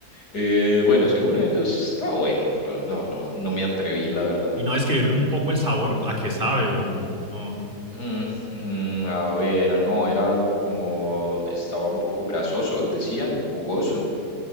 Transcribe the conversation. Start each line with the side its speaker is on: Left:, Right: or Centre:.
Left: Eh, bueno, según ellos está bueno, pero no, no, no me atreví, la verdad.
Right: Y no describir un poco el sabor, a qué sabe o no.
Left: Mm, mm, a ver, no, era algo como, estaba un poco grasoso, decían, jugoso,